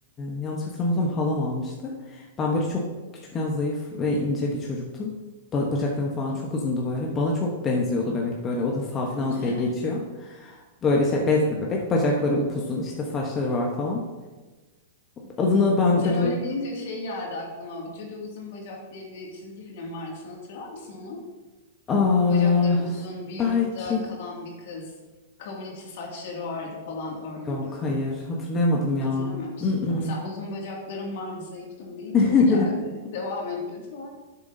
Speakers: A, on the left (about 25°); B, on the left (about 60°).
A: yanlış hatırlamıyorsam halam almıştı. Ben böyle çok küçükken zayıf ve ince bir çocuktum. Ba- bacaklarım falan çok uzundu böyle. Bana çok benziyordu bebek böyle. O da Safinaz
B: <laughs>
A: diye geçiyor. Böyle şey bez bir bebek. Bacakları upuzun işte saçları var falan. Adını ben
B: Sen
A: de
B: öyle
A: bu...
B: deyince şey geldi aklıma. Judy Uzun Bacak diye bir çizgi film vardı. Sen hatırlar mısın onu?
A: Aa,
B: Bacakları uzun, bir yurtta
A: belki
B: kalan bir kız. Kavun içi saçları vardı falan örgülü.
A: yok hayır hatırlayamadım ya.
B: Hatırlamıyor musun?
A: Mm-mm.
B: Tamam. Sen uzun bacaklarım vardı, zayıftım deyince
A: <laughs>
B: o geldi. Devam et lütfen.